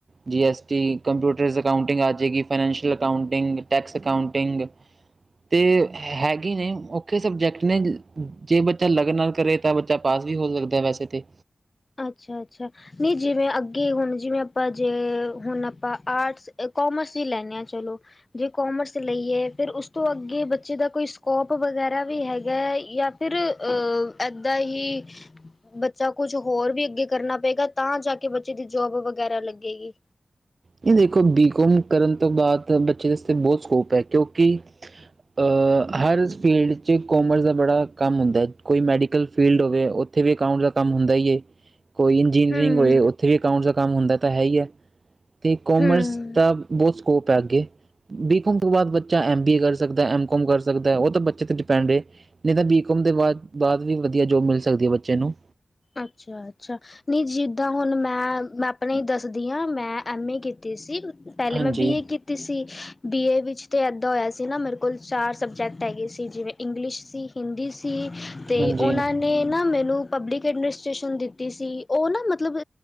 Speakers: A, on the right; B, on the left.
A: G S T computers accounting ਆ ਜਾਵੇਗੀ, ਫਾਈਨੈਂਸ਼ੀਅਲ ਅਕਾਊਂਟਿੰਗ ਟੈਕਸ ਅਕਾਊਂਟਿੰਗ ਤੇ। ਹੈਗੀ ਨਹੀਂ ਔਖੇ ਸਬਜੈਕਟ ਨੇ ਜੇ ਬੱਚਾ ਲਗਨ ਨਾਲ ਕਰੇ ਤਾਂ ਬੱਚਾ ਪਾਸ ਵੀ ਹੋ ਸਕਦਾ ਵੈਸੇ ਤੇ।
B: ਅੱਛਾ ਅੱਛਾ ਨਹੀਂ ਜਿਵੇਂ ਅੱਗੇ ਹੁਣ ਜਿਵੇਂ ਆਪਾਂ ਜੇ ਹੁਣ ਆਪਾਂ ਆਰਟਸ ਕੋਮਰਸ ਹੀ ਲੈਂਦੇ ਹਾਂ ਚਲੋ ਜੇ ਕੋਮਰਸ ਲਈਏ ਫਿਰ ਉਸ ਤੋਂ ਅੱਗੇ। ਬੱਚੇ ਦਾ ਕੋਈ ਸਕੋਪ ਵਗੈਰਾ ਵੀ ਹੈਗਾ ਹੈ ਜਾਂ ਫਿਰ ਅ ਏਦਾਂ ਹੀ। ਬੱਚਾ ਕੁਛ। ਹੋਰ ਵੀ ਅੱਗੇ ਕਰਨਾ ਪਏਗਾ ਤਾਂ ਜਾ ਕੇ ਬੱਚੇ ਦੀ ਜੋਬ ਵਗੈਰਾ ਲੱਗੇਗੀ।
A: ਇਹ ਦੇਖੋ ਬੀਕੌਮ ਕਰਨ ਤੋਂ ਬਾਅਦ ਬੱਚੇ ਵਾਸਤੇ ਬਹੁਤ ਸਕੋਪ ਹੈ ਕਿਉਂਕਿ ਅਹ ਹਰ ਫੀਲਡ ' ਚ ਕੋਮਰਸ ਦਾ ਬੜਾ ਕੰਮ ਹੁੰਦਾ ਹੈ ਕੋਈ ਮੈਡੀਕਲ ਫੀਲਡ ਹੋਵੇ ਉੱਥੇ ਵੀ ਅਕਾਊਂਟ ਦਾ ਕੰਮ ਹੁੰਦਾ ਹੀ ਹੈ। ਕੋਈ ਇੰਜੀਨੀਅਰਿੰਗ
B: ਹੂੰ,
A: ਹੋਏ ਉੱਥੇ ਵੀ ਅਕਾਂਊਟ ਦਾ ਕੰਮ ਹੁੰਦਾ ਹੈ। ਤਾਂ ਹੈ ਹੀ ਹੈ। ਤੇ ਕੋਮਰਸ
B: ਹੂੰ।
A: ਦਾ ਬਹੁਤ। ਸਕੋਪ ਹੈ ਅੱਗੇ ਬੀਕੌਮ ਤੋਂ ਬਾਅਦ ਬੱਚਾ ਐਮ ਬੀ ਏ ਕਰ ਸਕਦਾ ਐਮ ਕੋਮ ਕਰ ਸਕਦਾ ਉਹ ਤਾਂ ਬੱਚੇ ਤੇ ਡਿਪੈਂਡ ਰਹੇ ਨਹੀਂ ਤਾਂ ਬੀਕਮ ਦੇ ਬਾਅਦ ਬਾਅਦ ਵੀ ਵਧੀਆ ਜੋਬ ਮਿਲ ਸਕਦੀ ਹੈ ਬੱਚੇ ਨੂੰ।
B: ਅੱਛਾ ਅੱਛਾ ਨਹੀਂ ਜਿੱਦਾਂ ਹੁਣ ਮੈਂ ਮੈਂ। ਆਪਣੇ ਦੱਸਦੀ ਹਾਂ ਮੈਂ ਐੱਮ ਏ ਕੀਤੀ ਸੀ? ਪਹਿਲੇ
A: ਹਾਂਜੀ
B: ਮੈਂ ਬੀਏ ਕੀਤੀ ਸੀ ਬੀਏ ਵਿੱਚ? ਤੇ ਇੱਦਾਂ ਹੋਇਆ ਸੀ ਨਾ ਮੇਰੇ ਕੋਲ ਚਾਰ ਸਬਜੈਕਟ ਹੈਗੇ ਸੀ ਜਿਵੇਂ ਇੰਗਲਿਸ਼ ਸੀ, ਹਿੰਦੀ ਸੀ। ਸੀ ਤੇ
A: ਹਾਂਜੀ
B: ਉਹਨਾਂ ਨੇ ਮੈਨੂੰ। ਪਬਲਿਕ। ਐਡਮਿਨਿਸਟ੍ਰੇਸ਼ਨ ਦਿੱਤੀ ਸੀ ਉਹ ਨਾ ਮਤਲਬ